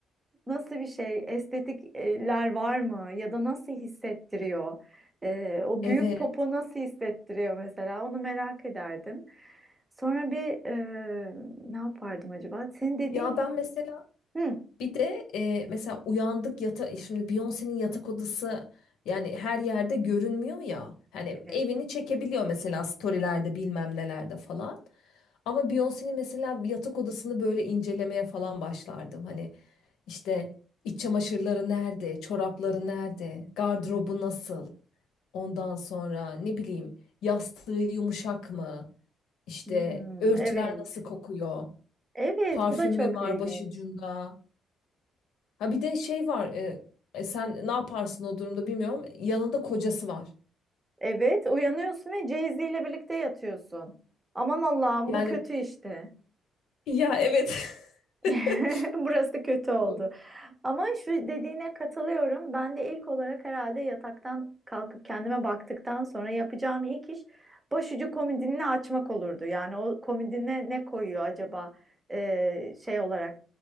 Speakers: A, on the right; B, on the left.
A: nasıl bir şey? Estetikler var mı? Ya da nasıl hissettiriyor? Ee, o
B: Evet.
A: büyük popo nasıl hissettiriyor mesela? Onu merak ederdim. Sonra bir e, ne yapardım acaba? Senin dediğin
B: Ya ben mesela
A: Hı,
B: Bir de e, mesela uyandık yata şimdi Beyoncé'nin yatak odası yani her yerde görünmüyor ya. Hani
A: evet.
B: evini çekebiliyor mesela storylerde bilmem nelerde falan. Ama Beyoncé'nin mesela bir yatak odasını böyle incelemeye falan başlardım. Hani işte iç çamaşırları nerede, çorapları nerede, gardırobu nasıl? Ondan sonra ne bileyim yastığı yumuşak mı? İşte
A: Hmm,
B: örtüler
A: evet.
B: nasıl kokuyor?
A: Evet,
B: Parfüm
A: bu da çok
B: mü var
A: ilginç.
B: başucunda? Ha bir de şey var. e, e, sen ne yaparsın o durumda bilmiyorum. Yanında kocası var.
A: Evet, uyanıyorsun ve Jay-Z ile birlikte yatıyorsun. Aman Allah'ım
B: Yani
A: bu kötü işte.
B: ya evet. <laughs>
A: <laughs> Burası kötü oldu.
B: Bu-
A: Ama şu dediğine katılıyorum. Ben de ilk olarak herhalde yataktan kalkıp kendime baktıktan sonra yapacağım ilk iş başucu komodinini açmak olurdu. Yani o komodine ne koyuyor acaba Ee, şey olarak